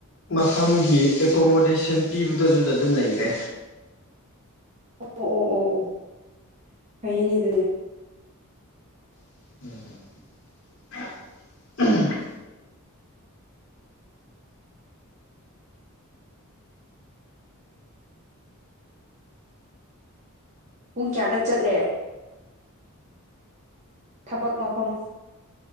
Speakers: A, on the left; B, on the right.
A: ꯃꯐꯝꯒꯤ ꯑꯦꯀꯣꯃꯣꯗꯦꯁꯟ ꯄꯤꯕꯗꫭꯗꯨꯗ ꯑꯗꯨꯝ ꯂꯩꯔꯦ
B: ꯑꯣ ꯑꯣ ꯑꯣ ꯑꯣ ꯐꯩꯌꯦꯅꯦ ꯑꯗꯨꯗꯤ
A: <inaudible>
B: ꯄꯨꯡ ꯀꯌꯥꯗ ꯆꯠꯂꯦ ꯊꯕꯛ ꯃꯐꯝ